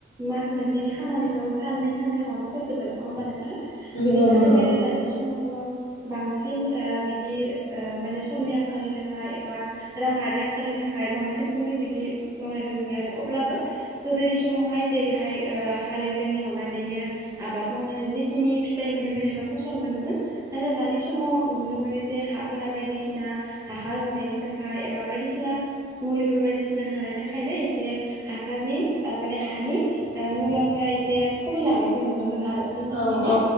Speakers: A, on the right; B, on the left.
A: मास मोनसेनि खामानिखौ साननै सानथामावनो फोजोबो नङा होमबा नों? हो
B: नंगौ
A: बिनि थाखायनो
B: नंगौ
A: दानि समावथ' बांसिन ओ बिदि। ओ माने समनि आंखालनि थाखाय एबा राङारि आंखालनि थाखाय बांसिन। फोरनो बिदि मावनायखौ नुयो आरो अब्लाबो गोदोनि समावहाय जेरैहाय ओ हाले। जों हेवनानैनो आबाद मावनानै जेखिनि फिथाइ मोनोमोन एबा फसल मोनोमोन आरो दानि सम। नुनो मोनो जे हाफोरा बायदिसिना हाखार होननायनि थाखाय एबा बायदिसिना। मुलिफोर बायदिसिना होनायनि थाखायनो एसे हासारनि ओ माने हानि आ मुला जाया। एसे खमिलांनायखौ नुनो मोनो आरो बिनि थाखायनो
B: औ औ